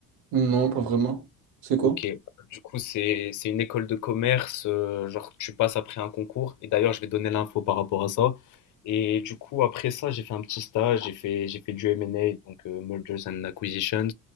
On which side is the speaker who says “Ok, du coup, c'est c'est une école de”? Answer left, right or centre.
Left